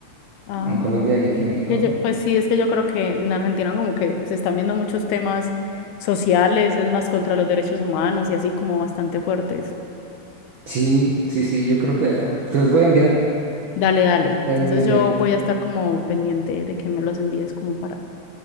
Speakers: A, on the left (about 80°); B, on the right (about 85°).
A: Ah,
B: En Colombia y aquí en México.
A: que yo, pues sí, es que yo creo que en Argentina como que se están viendo muchos temas sociales, es más contra los derechos humanos y así como bastante fuertes.
B: Sí, sí, sí, yo creo que ah, te los voy a enviar,
A: Dale, dale. Entonces
B: te los voy a enviar.
A: yo voy a estar como pendiente de que me los envíes como para,